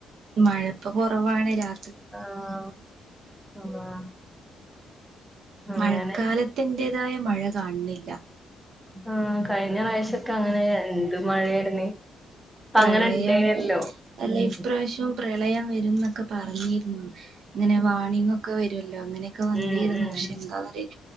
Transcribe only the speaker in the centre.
ആഹ് <unintelligible> അങ്ങനെ
ആഹ് കഴിഞ്ഞ പ്രാവശ്യക്കെ അങ്ങനെ എന്ത് മഴയായിരുന്നേ. ഇപ്പ
അങ്ങനെ ഇല്ലേല്ലോ
ഉം
ഉം
ഉം ഉം